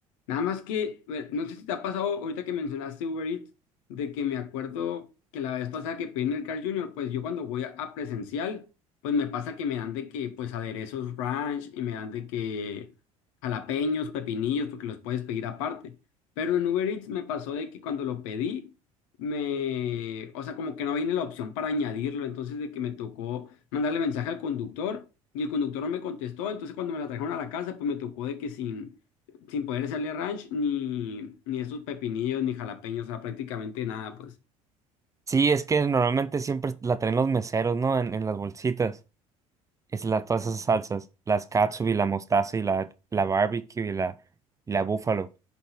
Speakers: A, on the left; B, on the right.
A: Nada más que, eh, no sé si te ha pasado ahorita que mencionaste Uber Eats, de que me acuerdo que la vez pasada que pedí en el Carl Jr., pues yo cuando voy a a presencial, pues me pasa que me dan de que pues aderezos ranch y me dan de que jalapeños, pepinillos, porque los puedes pedir aparte. Pero en Uber Eats me pasó de que cuando lo pedí, me, o sea, como que no viene la opción para añadirlo, entonces de que me tocó mandarle mensaje al conductor y el conductor no me contestó, entonces cuando me la trajeron a la casa, pues me tocó de que sin, sin poder hacerle ranch ni, ni esos pepinillos ni jalapeños, o sea, prácticamente nada, pues.
B: Sí, es que normalmente siempre la traen los meseros, ¿no? En, en las bolsitas. Es la, todas esas salsas, las katsubi, la mostaza y la, la barbecue y la, y la búfalo.